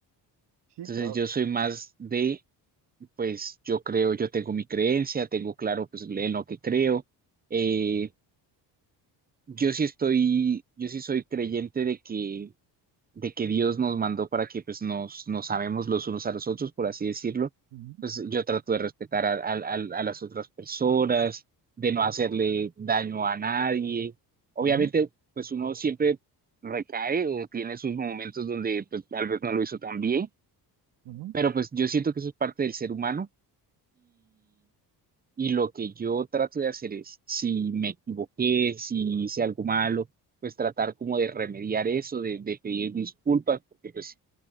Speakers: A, on the right; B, on the right.
A: Sí,
B: Entonces
A: claro.
B: yo soy más de pues yo creo, yo tengo mi creencia, tengo claro pues en lo que creo. Eh, yo sí estoy, yo sí soy creyente de que, de que Dios nos mandó para que pues nos, nos amemos los unos a los otros, por así decirlo.
A: Ujú,
B: Pues yo trato de respetar a, a, a a las otras personas, de no hacerle daño a nadie. Obviamente,
A: ujú.
B: pues uno siempre recae o tiene sus momentos donde pues tal vez no lo hizo tan bien,
A: Ujú.
B: pero pues yo siento que eso es parte del ser humano Y lo que yo trato de hacer es, si me equivoqué, si hice algo malo, pues tratar como de remediar eso, de, de pedir disculpas, porque pues,